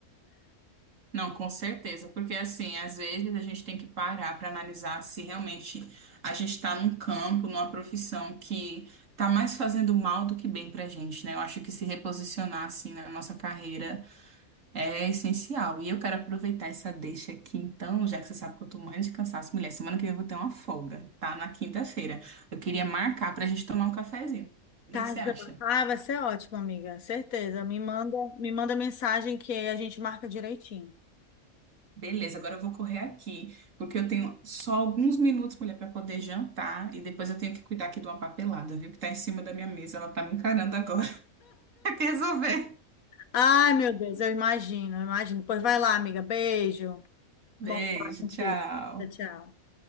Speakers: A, on the right; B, on the left.
A: Não, com certeza, porque assim, às vezes a gente tem que parar para analisar se realmente a gente está num campo, numa profissão que está mais fazendo mal do que bem pra gente, né? Eu acho que se reposicionar assim na nossa carreira É essencial. E eu quero aproveitar essa deixa aqui, então, já que você sabe que eu tô morrendo de cansaço, mulher. Semana que vem eu vou ter uma folga, tá? Na quinta-feira. Eu queria marcar pra gente tomar um cafezinho. O
B: Tá,
A: que que você
B: Jô?
A: acha?
B: ah, vai ser ótimo, amiga, certeza. Me manda, me manda mensagem que a gente marca direitinho.
A: Beleza, agora eu vou correr aqui, porque eu tenho só alguns minutos, mulher, pra poder jantar. E depois eu tenho que cuidar aqui de uma papelada, viu? Que tá em cima da minha mesa. Ela tá me encarando agora. <laughs> Tem que resolver.
B: Ai, meu Deus, eu imagino, eu imagino. Pois vai lá, amiga. Beijo.
A: Beijo,
B: Bom falar contigo.
A: tchau.
B: Tchau, tchau.